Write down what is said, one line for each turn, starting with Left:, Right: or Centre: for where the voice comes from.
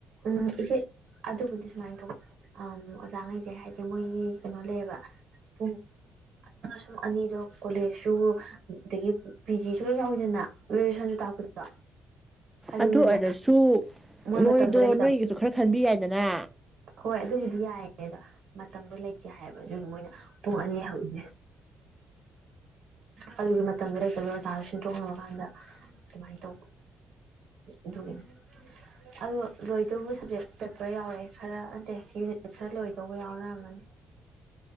Right: ꯎꯝ ꯏꯆ‌ꯦ ꯑꯗꯨꯕꯨꯗꯤ ꯁꯨꯃꯥꯏꯅ ꯇꯧꯕ ꯑꯣꯖꯥꯈꯩꯁꯦ ꯍꯥꯏꯗꯤ ꯃꯣꯏꯒꯤ ꯀꯩꯅꯣ ꯂꯩꯌꯦꯕ ꯄꯨꯡ ꯑ ꯁꯨꯝ ꯑꯅꯤꯗꯣ ꯀꯣꯂꯦꯖꯁꯨ ꯑꯗꯒꯤ ꯄꯤ ꯖꯤꯁꯨ ꯂꯣꯏ ꯌꯥꯎꯋꯤꯗꯅ ꯒ꯭ꯔꯦꯖꯨꯦꯁꯟꯁꯨ ꯇꯥꯛꯄꯗꯣ ꯑꯗꯨꯅꯅꯦ
Centre: ꯑꯗꯨ ꯑꯣꯏꯔꯁꯨ
Right: ꯃꯣꯏ
Centre: ꯃꯣꯏꯗꯣ
Right: ꯃꯇꯝꯗ‌ꯣ ꯂꯩ
Centre: ꯅꯣꯏꯒꯤꯁꯨ ꯈꯔ ꯈꯟꯕꯤ ꯌꯥꯏꯗꯅ
Right: ꯍꯣꯏ ꯑꯗꯨꯕꯨꯗꯤ ꯌꯥꯏꯌꯦ ꯑꯗꯣ ꯃꯇꯝꯗꯣ ꯂꯩꯇꯦ ꯍꯥꯏꯌꯦꯕ ꯑꯗꯨꯏ ꯃꯣꯏꯅ ꯄꯨꯡ ꯑꯅꯤ ꯍꯧꯁꯦ ꯑꯗꯨꯒꯤ ꯃꯇꯝꯗꯣ ꯂꯩꯇꯕꯒꯤ ꯑꯣꯖꯥ ꯁꯤꯟꯗꯣꯛꯅꯕꯀꯥꯟꯗ ꯑꯗꯨꯃꯥꯏꯅ ꯇꯧꯕ ꯑꯗꯨꯒꯤꯅꯤ ꯑꯗ‌ꯣ ꯂꯣꯏꯗꯧꯕ ꯁꯕꯖꯦꯛ ꯄꯦꯄꯔ ꯌꯥꯎꯔꯛꯑꯦ ꯈꯔ ꯅꯠꯇ‌ꯦ ꯌꯨꯅꯤꯠ ꯈꯔ ꯂꯣꯏꯗꯧꯕ ꯌꯥꯎꯅꯔꯝꯃꯅꯤ